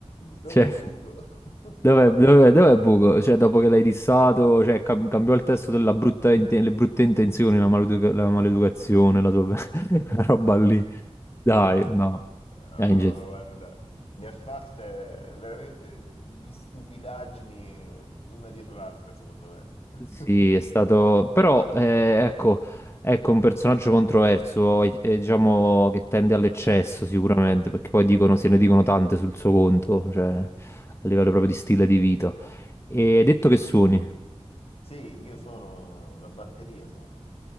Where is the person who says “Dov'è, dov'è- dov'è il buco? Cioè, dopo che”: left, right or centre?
Left